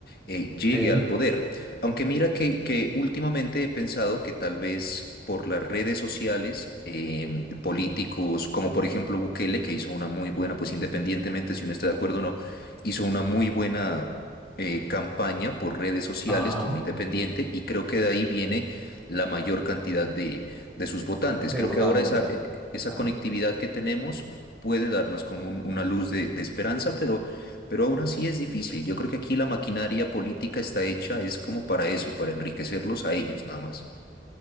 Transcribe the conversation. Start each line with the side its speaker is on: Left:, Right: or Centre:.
Left: eh, llegue
Centre: sí,
Left: al poder. Aunque mira que, que últimamente he pensado que tal vez por las redes sociales, eh, políticos como por ejemplo Bukele, que hizo una muy buena, pues independientemente si uno está de acuerdo o no, hizo una muy buena eh, campaña por redes sociales
Centre: ajá,
Left: como independiente y creo que de ahí viene la mayor cantidad de, de sus votantes.
Centre: de
Left: Creo
Centre: votantes.
Left: que ahora esa, eh, esa
Centre: Claro.
Left: conectividad que tenemos puede darnos como un- una luz de, de esperanza, pero, pero aún así es difícil. Yo creo que aquí la maquinaria política está hecha, es como para eso, para enriquecerlos a ellos nada más.